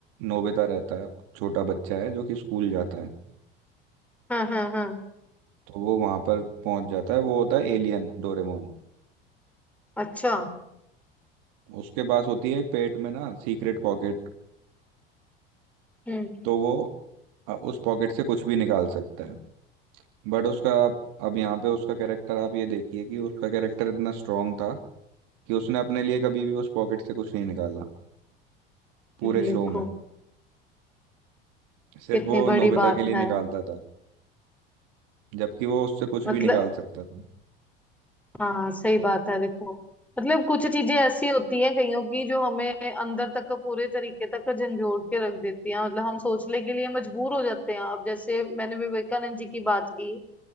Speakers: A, on the right (about 65°); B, in the centre.
A: नोबिता रहता है छोटा बच्चा है जो कि स्कूल जाता है
B: हाँ हाँ हाँ
A: तो वो वहां पर पहुंच जाता है वो होता है एलियन डोरेमोन
B: अच्छा
A: उसके पास होती है एक पेट में ना सीक्रेट पॉकेट
B: हम्म
A: तो वो अ, उस पॉकेट से कुछ भी निकाल सकता है बट उसका अब यहाँ पे उसका कैरेक्टर आप ये देखिए कि उसका कैरेक्टर इतना स्ट्रांग था कि उसने अपने लिए कभी भी उस पॉकेट से कुछ नहीं निकाला पूरे
B: देखो
A: शो में सिर्फ
B: कितनी
A: वो
B: बड़ी
A: नोबिता
B: बात
A: के लिए
B: है
A: निकालता था जबकि वो उससे कुछ
B: मतलब
A: भी निकाल सकता था
B: हाँ सही बात है देखो मतलब कुछ चीजें ऐसी होती हैं कईयों की जो हमें अंदर तक पूरे तरीके तक झंझोड़ के रख देती हैं मतलब हम सोचने के लिए मजबूर हो जाते हैं अब जैसे मैंने विवेकानंद जी की बात की